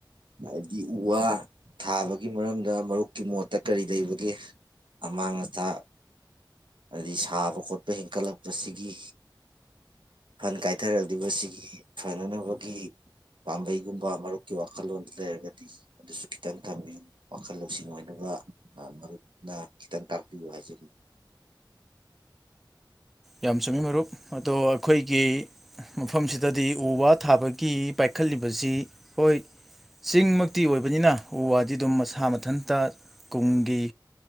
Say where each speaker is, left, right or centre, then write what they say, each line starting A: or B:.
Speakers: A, on the right; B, in the centre.
A: ꯍꯥꯏꯕꯗꯤ ꯎ ꯋꯥ ꯊꯥꯕꯒꯤ ꯃꯔꯝꯗ ꯃꯔꯨꯞꯀꯤ ꯃꯣꯠꯇ ꯀꯔꯤ ꯂꯩꯕꯒꯦ ꯑꯃꯥꯡ ꯑꯇꯥ ꯍꯥꯏꯗꯤ ꯁꯥꯕ ꯈꯣꯠꯄ ꯍꯦꯟꯀꯠꯂꯛꯄꯁꯤꯒꯤ ꯐꯟ ꯀꯥꯏꯊꯔꯛꯂꯤꯕ ꯁꯤꯒꯤ ꯐꯅꯅꯕꯒꯤ ꯄꯥꯝꯕꯩꯒꯨꯝꯕ ꯃꯔꯨꯞꯀꯤ ꯋꯥꯈꯜꯂꯣꯟꯗꯨ ꯂꯩꯔꯒꯗꯤ ꯑꯗꯨꯁꯨ ꯈꯤꯇꯪ ꯊꯝꯕꯤꯌꯨ ꯋꯥꯈꯜ ꯂꯧꯁꯤꯡ ꯑꯣꯏꯅꯕ ꯃꯔꯨꯞꯅ ꯈꯤꯇꯪ ꯇꯥꯛꯄꯤꯌꯨ ꯍꯥꯏꯖꯒ
B: ꯌꯥꯝ ꯆꯨꯝꯃꯤ ꯃꯔꯨꯞ ꯑꯗꯣ ꯑꯩꯈꯣꯏꯒꯤ ꯃꯐꯝꯁꯤꯗꯗꯤ ꯎ ꯋꯥ ꯊꯥꯕꯒꯤ ꯄꯥꯏꯈꯠꯂꯤꯕꯁꯤ ꯍꯣꯏ ꯆꯤꯡꯃꯛꯇꯤ ꯑꯣꯏꯕꯅꯤꯅ ꯎ ꯋꯥꯗꯤ ꯑꯗꯨꯝ ꯃꯁꯥ ꯃꯊꯟꯇ ꯀꯨꯝꯒꯤ